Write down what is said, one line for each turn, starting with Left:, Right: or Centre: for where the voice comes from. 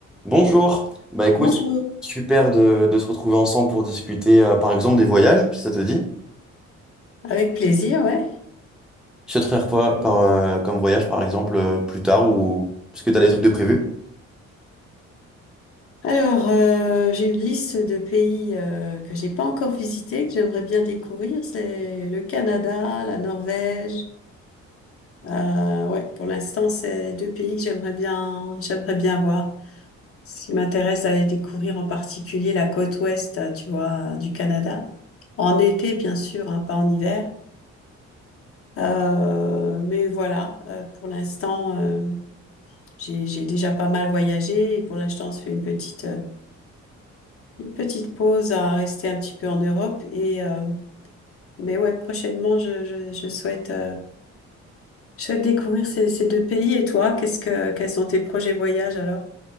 Centre: Bonjour, bah écoute,
Left: Bonjour,
Centre: super de, de se retrouver ensemble pour discuter euh, par exemple des voyages, si ça te dit.
Left: avec plaisir, ouais.
Centre: Tu souhaiterais faire quoi par, euh, comme voyage par exemple euh, plus tard ou parce que tu as des trucs de prévu?
Left: Alors, euh, j'ai une liste de pays euh, que j'ai pas encore visités, que j'aimerais bien découvrir. C'est le Canada, la Norvège. Euh, ouais, pour l'instant, c'est deux pays que j'aimerais bien, j'aimerais bien voir. Ce qui m'intéresse, d'aller découvrir en particulier la côte ouest, euh, tu vois, du Canada. En été, bien sûr, hein, pas en hiver. Euh, mais voilà, euh, pour l'instant, euh, j'ai j'ai déjà pas mal voyagé et pour l'instant, on se fait une petite euh, Une petite pause à rester un petit peu en Europe et euh, mais ouais, prochainement je, je, je souhaite euh, je souhaite découvrir ces, ces deux pays. Et toi, qu'est-ce que quels sont tes projets voyages alors